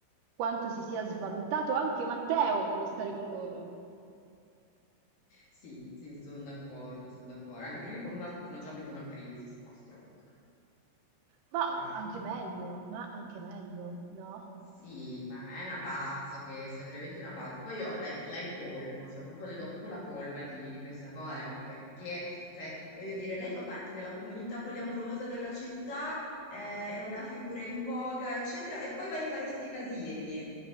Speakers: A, on the right; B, on the left.
A: quanto si sia svalutato anche Matteo nello stare con loro.
B: Sì, sì, sono d'accordo, sono d'accordo. Anche perché con una stanno già avendo una crisi, sta stroppa.
A: Ma
B: Guarda.
A: anche meglio, ma anche meglio, no?
B: Sì, ma è una pazza questa, è veramente una pazza. Poi io la, la incolpo, cioè proprio le do proprio la colpa di, di questa cosa, anche perché, cioè, voglio dire, lei fa parte della comunità poliamorosa della città, è, è una figura in voga, eccetera, e poi vai a fare sti casini.